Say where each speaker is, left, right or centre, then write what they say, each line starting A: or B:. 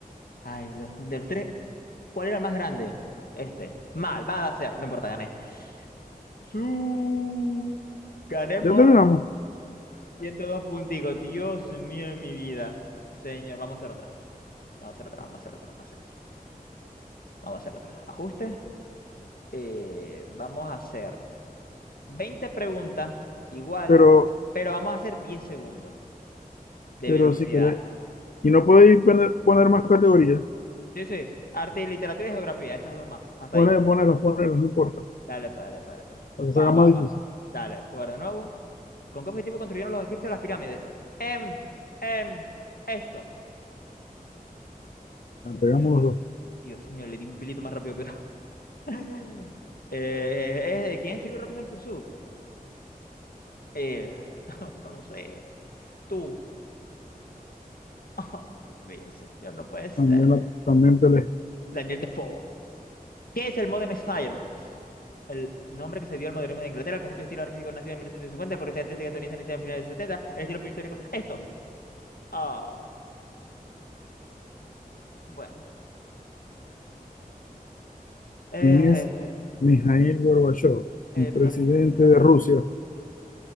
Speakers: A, on the left; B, on the left.
A: Ay, los, de los tres, ¿cuál era el más grande? Este. Malvada sea. No importa, gané. Su. Gané
B: Ya
A: por
B: terminamos,
A: 102 punticos. Dios mío de mi vida. Señor, vamos a hacer otra. Vamos a hacer otra, vamos a hacer otra, vamos a hacer otra. Vamos a hacer otra. Ajuste. Eh, vamos a hacer. 20 preguntas, igual,
B: pero,
A: pero vamos a hacer 10 segundos de
B: pero
A: velocidad.
B: si querés. Y no podéis poner, poner más categorías.
A: Sí, sí. Arte y literatura y geografía, esas dos más. Hasta
B: Poner,
A: ahí.
B: ponerlas, ponerlas, no importa.
A: Dale, pues, dale, pues, dale, pues.
B: Para que
A: Va,
B: se haga
A: va,
B: más difícil.
A: va. Dale, jugar de nuevo. ¿Con qué objetivo construyeron los egipcios las pirámides? Em, em, esto. Señor,
B: La pegamos los dos.
A: Dios mío, le di un pelito más rápido que todo. <laughs> Eh, eh, eh, ¿quién escribió Robinson Crusoe? Eh, <laughs> no lo sé. Tú. <laughs> Oh, Dios mío, señor, no puede ser.
B: También, la- también peleé.
A: Daniel Defoe. ¿Qué es el Modern Style? El nombre que se dio al modernismo de Inglaterra, el conjunto de estilos artísticos nacido en 1950, el corriente artística estadounidense iniciada en finales de los setenta, el estilo prehistórico. Esto. Ah, bueno. Eh,
B: ¿Quién es Mijaíl Gorbachov,
A: eh,
B: El presidente
A: primer presidente-
B: de Rusia.